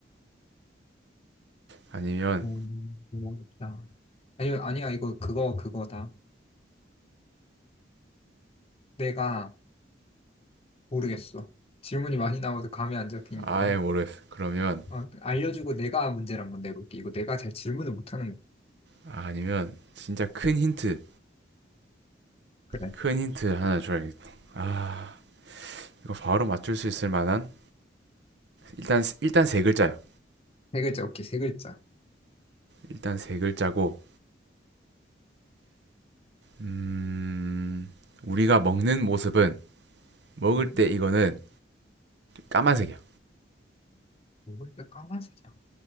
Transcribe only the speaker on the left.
음, 너무 어렵다. 아니, 아니야, 이거 그거, 그거다. 내가 모르겠어. 질문이 많이 나와서 감이 안 잡히니까.
어, 알려주고 내가 문제를 한번 내볼게. 이거 내가 잘 질문을 못하는 거.
그래.
세 글자, 오케이, 세 글자.
음?
먹을 때 까만색이야.